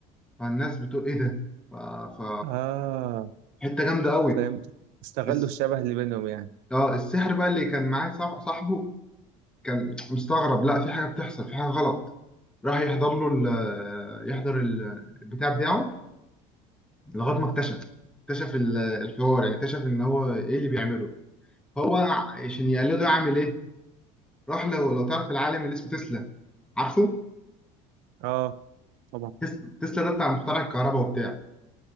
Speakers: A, in the centre; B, on the right.
A: فالناس بتقول ايه ده ف... ف...
B: اه
A: حته جامده قوي
B: فهمت استغلوا
A: الس...
B: الشبه اللي بينهم يعني
A: اه السحر بقى اللي كان معاه صاح... صاحبه كان مستغرب لا في حاجه بتحصل في حاجه غلط راح يحضر له ال... يحضر ال- البتاع بتاعه لغايه ما اكتشف اكتشف ال- الحوار يعني اكتشف ان هو ايه اللي بيعمله هو عشان يقلده يعمل ايه روح لو لو تعرف العالم اللي اسمه تسلا عارفه
B: اه طبعا
A: تس- تسلا ده بتاع مخترع الكهرباء وبتاع